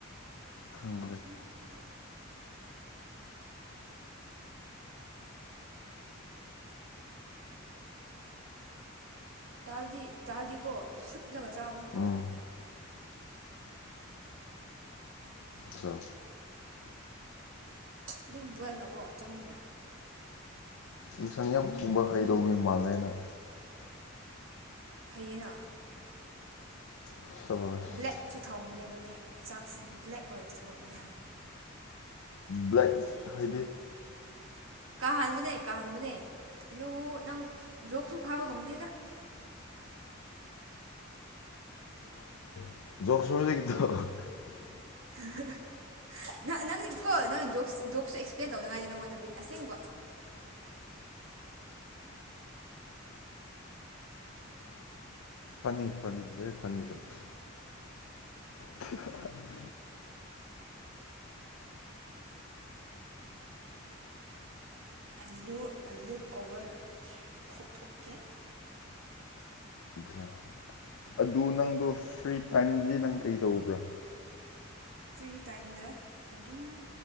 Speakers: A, on the left; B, on the right.
A: ꯈꯪꯗꯦ
B: ꯃꯥꯁꯨꯁꯦ ꯗꯥꯜꯗꯤ ꯗꯥꯜꯗꯤꯀꯣ ꯐꯨꯠꯂꯒ ꯆꯥꯕꯁꯨ ꯍꯥꯎꯕꯅꯦ
A: ꯎꯝ ꯆꯥ
B: ꯑꯗꯨꯝ ꯕꯣꯏꯅꯀꯣ ꯆꯝꯅ
A: ꯏꯟꯁꯥꯡ ꯌꯥꯝ ꯊꯣꯡꯕ ꯍꯩꯗꯧ ꯃꯥꯜꯂꯦ ꯅꯪ
B: ꯍꯩꯌꯦꯡꯅ
A: ꯁꯕꯥꯁ
B: ꯕ꯭ꯂꯦꯛꯁꯨ ꯊꯣꯡꯕꯅꯦ ꯑꯩꯈꯣꯏꯗꯤ ꯆꯥꯛꯁꯦ ꯕ꯭ꯂꯦꯛ ꯑꯣꯏꯅ ꯊꯣꯡꯕꯅꯦ
A: ꯕ꯭ꯂꯦꯛ ꯍꯥꯏꯗꯤ
B: ꯀꯍꯥꯟꯕꯅꯦ ꯀꯍꯥꯟꯕꯅꯦ ꯍꯜꯂꯣꯑꯣ ꯅꯪ ꯖꯣꯛꯈꯨꯜ ꯐꯥꯕ ꯉꯝꯗꯦꯗ
A: <unintelligible>
B: <unintelligible> ꯅꯪꯗꯤꯀꯣ ꯖꯣꯛ ꯗꯣꯒ ꯁꯨ ꯑꯦ ꯄ꯭ꯂꯦꯟ ꯇꯧꯅꯉꯥꯏꯅꯤ ꯅꯪꯉꯣꯟꯗꯗꯤ ꯑꯁꯦꯡꯕ
A: ꯐꯅꯤ ꯐꯅꯤ ꯕꯦꯔꯤ ꯐꯅꯤ ꯖꯣꯛ <unintelligible>
B: ꯑꯂꯨ ꯑꯂꯨ ꯀꯣꯕꯔ ꯈꯣꯛꯊꯣꯛꯀꯦ
A: ꯑꯠꯆꯥ ꯑꯗꯨ ꯅꯪꯗꯣ ꯐ꯭ꯔꯤ ꯇꯥꯏꯝꯗꯤ ꯅꯪ ꯀꯩꯗꯧꯕ꯭ꯔꯥ
B: ꯐ꯭ꯔꯤ ꯇꯥꯏꯝꯗ ꯑꯗꯨꯝ